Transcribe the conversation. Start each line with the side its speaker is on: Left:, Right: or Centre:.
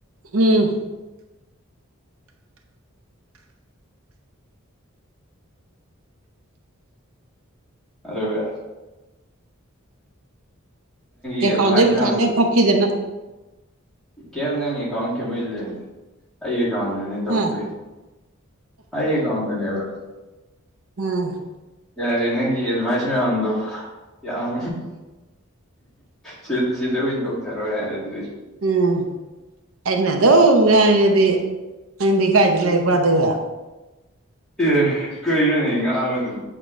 Right: ꯎꯝ
Centre: ꯑꯗꯕ
Right: ꯑꯦꯀꯥꯎꯟꯗꯩ
Centre: ꯌꯦꯪꯚꯥꯁꯃ
Right: ꯄꯩꯁꯥ
Centre: ꯑꯣꯗꯨ
Right: ꯂꯣꯏ ꯐꯛꯈꯤꯗꯅ
Centre: ꯀꯦꯕ ꯅꯪ ꯑꯦꯀꯥꯎꯟ ꯀꯕꯩꯗꯦ ꯑꯩ ꯥꯎꯟꯗꯅꯤ ꯇꯧꯛꯇ
Right: ꯑ
Centre: ꯑꯩ ꯀꯥꯎꯟꯗꯅꯤ ꯑꯕ
Right: ꯎꯝ
Centre: ꯑ ꯅꯪꯒꯤ ꯑꯦꯗꯚꯥꯏꯁ ꯃꯌꯥꯝꯗꯣ ꯌꯥꯝ ꯁꯤ ꯁꯤꯗ ꯑꯣꯏꯅ ꯇꯧꯊꯔꯣꯏ ꯍꯥꯏꯔꯗꯤ
Right: ꯎꯝ ꯑꯩꯅꯗꯧ ꯉꯗꯤ ꯅꯪꯗꯤ ꯀꯥꯏꯗꯤ ꯂꯥꯏꯔꯤꯛꯄꯗꯣꯏꯕ
Centre: ꯑꯦ ꯀꯩꯔꯅꯦ ꯉꯥꯡꯕ ꯑꯗꯨꯝ